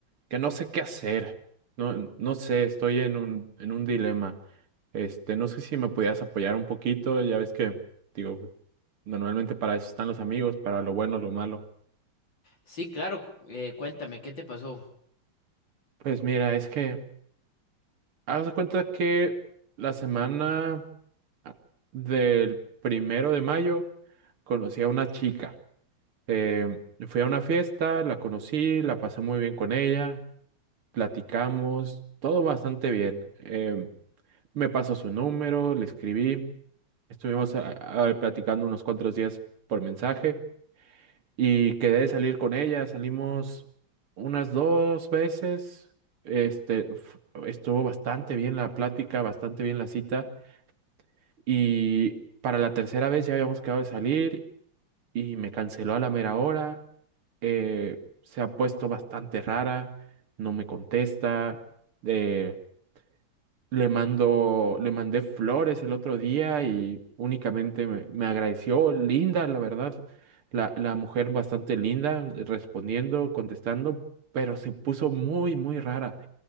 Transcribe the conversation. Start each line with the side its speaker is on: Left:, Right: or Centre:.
Right: que no sé qué hacer. No, no sé, estoy en un, en un dilema. Este, no sé si me pudieras apoyar un poquito, ya ves que, digo, normalmente para eso están los amigos, para lo bueno, lo malo.
Left: Sí, claro, cu- eh, cuéntame, ¿qué te pasó?
Right: Pues mira, es que haz de cuenta que la semana ah, del primero de mayo conocí a una chica. Eh, fui a una fiesta, la conocí, la pasé muy bien con ella, platicamos, todo bastante bien. Eh, me pasó su número, le escribí, estuvimos a- a- platicando unos cuantos días por mensaje y quedé de salir con ella, salimos unas dos veces, este, f- estuvo bastante bien la plática, bastante bien la cita y para la tercera vez ya habíamos quedado de salir y me canceló a la mera hora. eh, se ha puesto bastante rara, no me contesta. eh, le mando, le mandé flores el otro día y únicamente me, me agradeció. Linda, la verdad, la, la mujer bastante linda, respondiendo, contestando, pero se puso muy, muy rara.